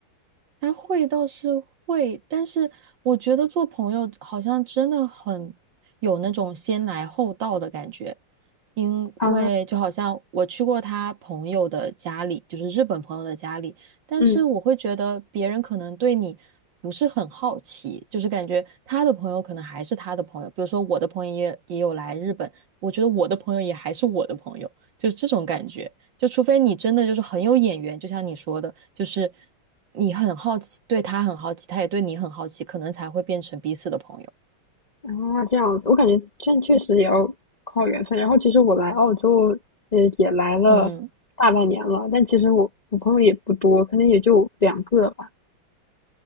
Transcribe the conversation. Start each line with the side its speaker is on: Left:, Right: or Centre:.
Right: 还会倒是会，但是我觉得做朋友好像真的很有那种先来后到的感觉，因为就好像我去过他朋友的家里，
Left: 啊，
Right: 就是日本朋友的家里，但是我会觉得别人可能对你不是很好奇，
Left: 嗯，
Right: 就是感觉他的朋友可能还是他的朋友，比如说我的朋友也也有来日本，我觉得我的朋友也还是我的朋友，就是这种感觉。就除非你真的就是很有眼缘，就像你说的，就是你很好奇，对他很好奇，他也对你很好奇，可能才会变成彼此的朋友。
Left: 啊，这样子，我感觉这确实也要靠缘分。然后，其实我来澳洲，呃，也来了大半年了，
Right: 嗯，
Left: 但其实我我朋友也不多，可能也就两个吧。